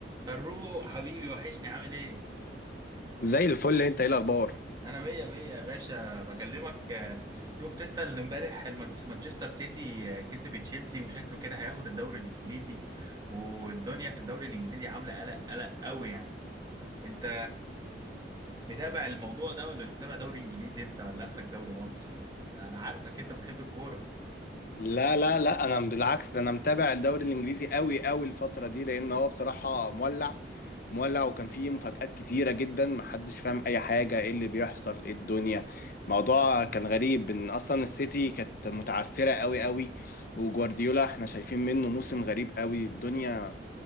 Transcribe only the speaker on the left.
زي الفل انت ايه الاخبار
لا لا لا انا بالعكس ده انا متابع الدوري الانجليزي قوي قوي الفتره دي لان هو بصراحه مولع مولع وكان فيه مفاجآت كتيره جدا محدش فاهم اي حاجه ايه اللي بيحصل ايه الدنيا موضوع كان غريب ان اصلا السيتي كانت متعثره قوي قوي وجوارديولا احنا شايفين منه موسم غريب قوي الدنيا